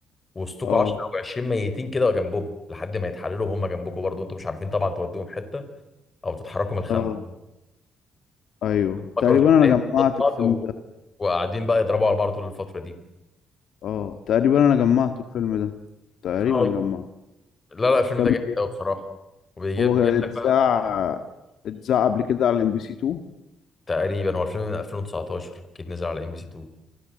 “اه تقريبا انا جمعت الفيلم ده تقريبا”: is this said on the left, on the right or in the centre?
Left